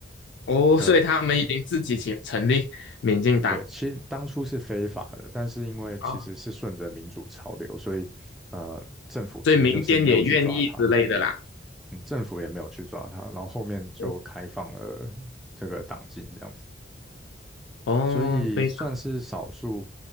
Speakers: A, on the left (about 70°); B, in the centre.
A: 哦，
B: 对
A: 所以他们已经自己成成立民进党，
B: 对，其实当初是非法的，但是因为其实是顺着民主潮流，
A: 啊，
B: 所以呃，政府其实就是没有去抓他。
A: 所以民间也愿意之类的啦。
B: 政府也没有去抓他，然后后面就开放了这个党禁这样子，
A: 哦，哦非常。
B: 所以算是少数，